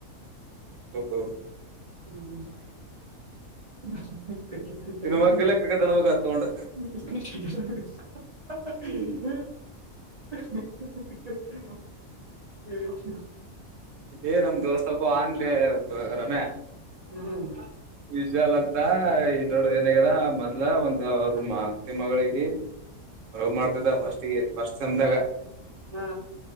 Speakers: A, on the right; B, on the right.
A: ಹ್ಮ ಹ್ಮ
B: ಹ್ಮ
A: ತಿನ್ಬೇಕಿಲ್ಲ ಕ್ರಿಕೆಟ್
B: ಹ
A: ಆಡ್ಬೇಕ ತಗೊಂಡ್
B: ಹ್ಮ
A: ಏ ನಮ್ ದೋಸ್ತ ಅಬ್ಬ ಆನ್ಲೆ ರಮ್ಯಾ
B: ಹಾ
A: ವಿಶಾಲ್ ಅಂತ ಈ ದೊಡ ಏನಾಗ್ಯದ ಮೊದ್ಲ ಒಂದು ಅವ್ರ ಮಾತ್ತ ಮಗಳಿಗೆ ರೋಗ್ ಮಾಡ್ತಿದ್ದ ಫಸ್ಟಿಗೆ ಫಸ್ಟ್ ತ್ದಾಗ
B: ಹಾ